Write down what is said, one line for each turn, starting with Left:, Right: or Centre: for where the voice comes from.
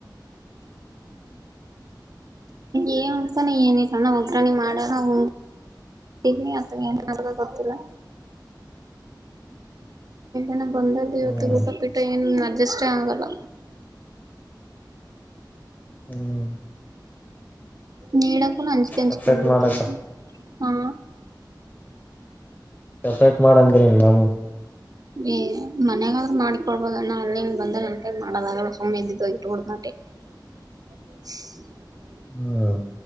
Right: ಏನ್ ಉನಾತನ ಏನಿಲ್ಲ ಅಣ್ಣ ಒಗ್ರಾಣಿ ಮಾಡ್ಯಾರ ಉನು ತಿಗಿ ಅದ ಏನ್ ನಡೆದುದು ಗೊತ್ತಿಲ್ಲ ಏನ ಬಂದಲ್ಲಿ ಇವತ್ತು
Left: ಹ್ಮ್
Right: ಊಟ ಪಿಟ್ಟ ಏನು ಅಡ್ಜಸ್ಟೇ ಆಗಲ್ಲ
Left: ಹ್ಮ್
Right: ನೀಡಕೂ ಅಂಜಿಕೀ ಅಂಜಕಿ
Left: ಸಪ್ರೇಟ್
Right: ಬಂದ ಬಿಡ್ತುದು
Left: ಮಾಡಕ
Right: ಹಾ
Left: ಸಪ್ರೇಟ್ ಮಾಡ್ ಅಂದಿನಿ ನಿಮ್ ಮಾಮುಗ
Right: ಏ ಮನ್ಯಗಾದ್ರರು ಮಾಡಿಕೊಳ್ಬೋದಣ್ಣ ಹೊಲದಿಂದ ಬಂದ್ರ ಅ ಮಾಡೋದಾಗಲ್ಲ ಸುಮ್ಮನೆ ಇದ್ದಿದ್ದೋಗ ಇಟ್ಟು ಬಿಡ್ತೀನಿ ವೋಟ್
Left: <unintelligible>
Right: <unintelligible>
Left: ಹ್ಮ್